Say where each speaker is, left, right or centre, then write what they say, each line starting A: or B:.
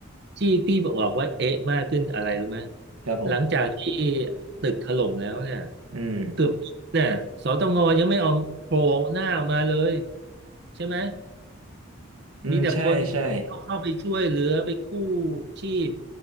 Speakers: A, on the right; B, on the right.
A: ที่พี่บอกว่าเอ๊ะมากขึ้นอะไรรู้ไหม
B: ครับผม
A: หลังจากที่ตึกถล่มแล้วเนี่ย
B: อืม
A: เกือบเนี่ยสตงยังไม่เอาโผล่หน้าออกมาเลยใช่ไหม
B: อืมใช่ใช่
A: มีแต่คนเข้าเข้าไปช่วยเหลือไปกู้ชีพ